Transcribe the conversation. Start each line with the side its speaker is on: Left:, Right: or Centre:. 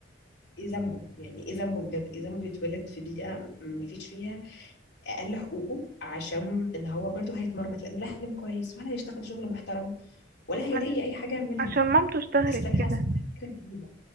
Left: ايه ذنبه يعني ايه ذنبه بجد ايه ذنبه يتولد في بيئة ما فيش فيها اقل حقوقه عشان ان هو برضه هيتمرمط لانه لا حلم كويس ولا هيشتغل شغل محترم ولا هيلاقي
Right: عش-
Left: اي حاجة يعملها
Right: عشان
Left: ف
Right: مامته اشتهرت
Left: استيل حاسة
Right: كده
Left: انها فكرة غريبة